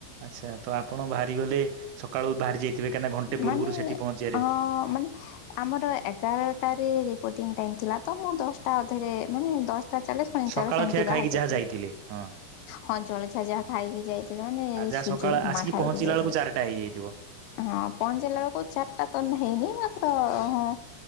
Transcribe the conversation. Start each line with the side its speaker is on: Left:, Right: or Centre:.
Right: ଆଚ୍ଛା ତ ଆପଣ ବାହାରି ଗଲେ ସକାଳୁ ବାହାରି ଯାଇଥିବେ କାହିଁକିନା ଘଣ୍ଟେ ପୂର୍ବରୁ
Left: ମାନେ
Right: ସେଠି ପହଞ୍ଚିବାରେ
Left: ହଁ ମାନେ ଆମର ଏଗାରଟାରେ ରିପୋଟିଂ ଟାଇମ ଥିଲା ତ। ମୁଁ ଦଶଟା ଅଧେରେ ମାନେ ଟା ଚାଲିସ ପଇଁଚାଳିଶ
Right: ସକାଳ
Left: ଏମିତି
Right: ଖିଆ ଖାଇକି
Left: ବାହାରି ଯାଇଥିଲି
Right: ଯାହା ଯାଇଥିଲେ ହଁ
Left: ହଁ ଜଳଖିଆ ଯାହା ଖାଇକି ଯାଇଥିଲି ମାନେ
Right: ଆଉ ଯାହା
Left: ସୁଜି
Right: ସକାଳ
Left: ଉପମା
Right: ଆସିକି
Left: ଖାଇକି
Right: ପହଞ୍ଚିଲା
Left: ଯାଇଥିଲେ।
Right: ବେଳକୁ ଚାରିଟା ହେଇଯାଇଥିବ।
Left: ହଁ ପହଞ୍ଚିଲା ବେଳକୁ ଚାରିଟା ତ ହେଇନି ମାତ୍ର ହଁ